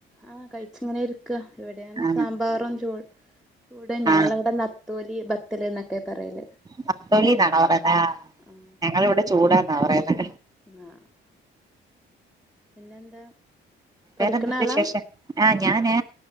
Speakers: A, in the centre; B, on the right.
A: ആഹ് കഴിച്ചിങ്ങനെ ഇരിക്ക. ഇവിടെയാണ്
B: ആ
A: സാമ്പാറും ചൂ - ചൂട് ഞങ്ങളിവിടെ
B: ആ
A: നത്തോലി ബത്തല് എന്നൊക്കെ പറയല്.
B: നത്തോലിന്നാണോ പറയുന്നെ.
A: ആഹ്
B: ഞങ്ങളിവിടെ ചൂടാന്നാ പറയുന്ന.
A: ആഹ് പിന്നെന്താ? പഠിക്കണ
B: വേറെന്ത ക്കേ
A: ആളാ
B: വിശേഷം. ആഹ് ഞാന്